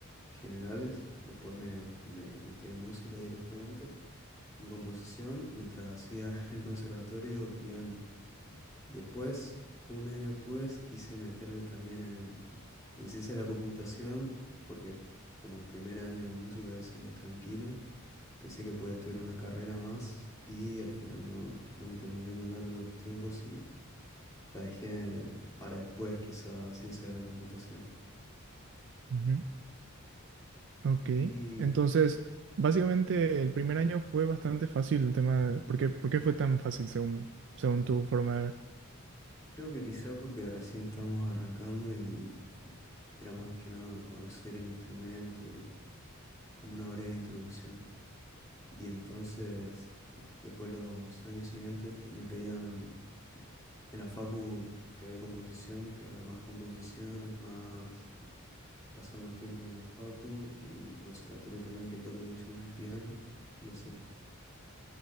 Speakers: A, on the left (about 15°); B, on the right (about 60°).
A: generales, después me, me anoté en música directamente, en composición, mientras hacía <laughs> en el conservatorio piano. Y después, un año después, quise meterme también en, en ciencia de la computación, porque como el primer año de música había sido tranquilo, pensé que podía estudiar una carrera más y al final no, no me terminaron dando los tiempos y la dejé para después, quizá ciencia de la computación.
B: Ujú. Ok,
A: Y
B: entonces, básicamente el primer año fue bastante fácil el tema de... ¿Por qué, por qué fue tan fácil según, según tu forma de ver?
A: creo que quizá porque recién estábamos arrancando y era más que nada conocer el instrumento y como una breve introducción. Y entonces, después los años siguientes te- me pedían en la facu que de composición, que haga más composiciones, más pasar más tiempo en la facu, en el conservatorio también que toque mucho más el piano y así.